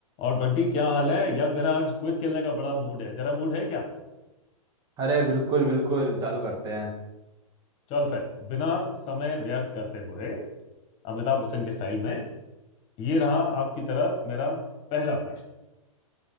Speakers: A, on the left; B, on the right.
A: और बंटी क्या हाल है यार मेरा आज क्विज खेलने का बड़ा मूड है तेरा मूड है क्या
B: अरे बिल्कुल बिल्कुल चालू करते हैं
A: चल फिर बिना समय व्यर्थ करते हुए अमिताभ बच्चन के स्टाइल में ये रहा आपकी तरफ मेरा पहला प्रश्न